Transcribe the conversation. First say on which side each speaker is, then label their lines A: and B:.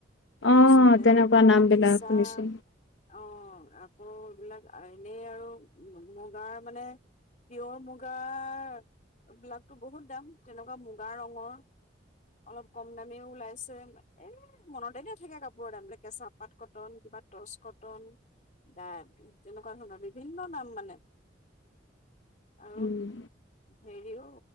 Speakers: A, on the left (about 40°); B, on the left (about 80°).
A: তাৰপিছতে
B: অ তেনেকুৱা
A: কিবা
B: নাম বিলাক
A: ঘিচা,
B: শুনিছো
A: অ'। আকৌ এইবিলাক এনেই আৰু মুগাৰ মানে‌, পিয়'ৰ মুগাৰ বিলাকটো বহুত দাম তেনেকুৱা মুগা ৰঙৰ অলপ কম দামিও ওলাইছে এ মনতে নেথাকে কাপোৰৰ দাম বিলাক কেঁচা পাত কটন কিবা টৰ্চ কটন দা তেনেকুৱা ধৰণৰ বিভিন্ন নাম মানে আৰু
B: উম
A: হেৰিও